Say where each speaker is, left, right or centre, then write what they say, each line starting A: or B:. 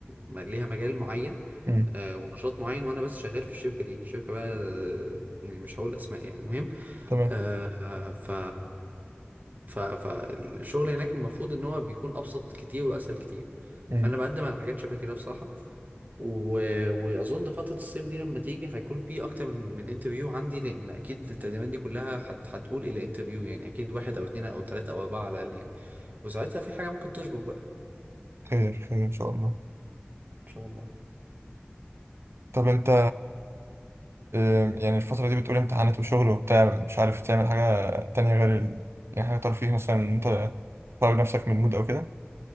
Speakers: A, on the right; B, on the right.
A: م- ليها مجال معين
B: امم
A: آه، ونشاط معين وانا بس شغال في الشركه دي شركه بقى آه، يعني مش هقول اسماء يعني
B: تمام
A: آه، ف ف فالشغل هناك المفروض ان هو بيكون ابسط كتير واسهل كتير
B: امم
A: فانا بقدم على حاجات شبه كده بصراحه و... واظن فتره الصيف دي لما تيجي هيكون في اكتر من من انترفيو عندي لان اكيد التقديمات دي كلها هت... هتقول الى انترفيو يعني اكيد واحد او اتنين او تلاته او اربعه على الاقل يعني وساعتها في حاجه ممكن تشبك بقى
B: خير خير ان شاء الله
A: ان شاء الله
B: طب انت آم، يعني الفترة دي بتقول امتحانات وشغل وبتاع مش عارف تعمل حاجة تانية غير ال... يعني حاجة ترفيه مثلا ان انت تخرج نفسك من المود او كده